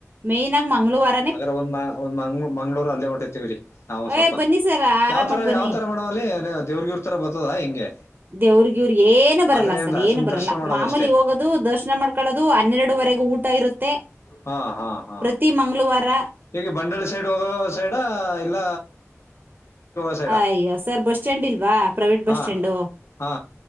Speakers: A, on the right; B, on the left.
A: ಮೇಯ ನ್ ಮಂಗಳವಾರ.
B: ಅಗಾರ ಒಂದ್ ಒಂದ್ ಮಂಗಳೂರು ಅಲ್ಲೇ ಹೊಂಟತಿವಿರಿ ನಾವು ಸ್ವಲ್ಪ
A: ಏ ಬನ್ನಿ ಸರ್ ಆರಾಮಾಗ್
B: ಯಾವ್ ತರ.
A: ಬನ್ನಿ
B: ಯಾವ ತರ ಮಾಡೋವ ದೇವ್ರಗಿವ್ರ ತರ ಬತ್ತದ ಹೆಂಗೆ.
A: ದೇವ್ರಿಗೆ ಇವ್ರ ಏನು ಬರಲ್ಲ
B: ಆತರ ಏನಿಲ್ಲ
A: ಸರ್ ಏನು
B: ಸುಮ್
A: ಬರಲ್ಲ
B: ದರ್ಶನ ಮಾಡೋದಷ್ಟೇ
A: ಮಾಮೂಲಿ ಹೋಗೋದು ದರ್ಶನ ಮಾಡ್ಕ. ಕಳದು ಹನ್ನೆರಡುವರೆಗೆ ಊಟ. ಇರುತ್ತೆ
B: ಹಾ ಹಾ ಹಾ
A: ಪ್ರತಿ ಮಂಗಳವಾರ.
B: ಈಗ ಬಂಡಳಿ ಸೈಡ್ ಹೋಗೋ ಸೈಡ ಇಲ್ಲ. <unintelligible>
A: ಅಯ್ಯೋ ಸರ್ ಬಸ್ ಸ್ಟ್ಯಾಂಡ್ ಇಲ್ವಾ ಪ್ರೈವೇಟ್ ಬಸ್
B: ಹಾ
A: ಸ್ಟ್ಯಾಂಡು.
B: ಹಾ